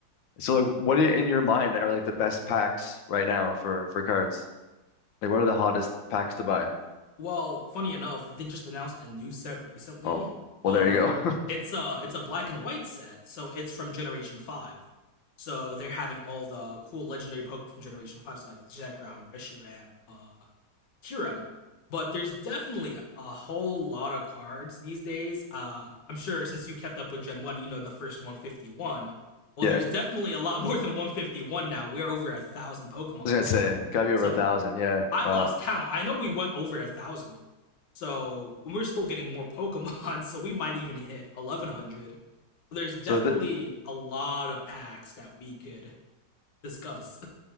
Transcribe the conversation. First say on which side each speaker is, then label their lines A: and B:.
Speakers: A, on the left; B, on the left.
A: So like what i- in your mind are like the best packs right now for for cards? Like what are the hottest packs to buy?
B: Well, funny enough, they just announced a new set recently.
A: Oh, well
B: Uh
A: there you go. <laughs>
B: it's a it's a black and white set, so it's from generation 5. So they're having all the cool legendary Pokemon from Generation Five, so like Zekrom, Reshiram, uh, cure But there's definitely a whole lot of cards these days. Uh, I'm sure since you kept up with Gen 1, you know the first 151. Well,
A: Yeah.
B: there's definitely
A: I
B: a lot <laughs> more than 151 now. We're over a thousand Pokemon
A: was gonna say
B: now.
A: gotta be over
B: So
A: a thousand. Yeah.
B: I
A: Wow.
B: lost count. I know we went over a thousand. So we're still getting more <laughs> Pokemon. So we might even hit 1100. There's definitely
A: So the
B: a lot of packs that we could discuss.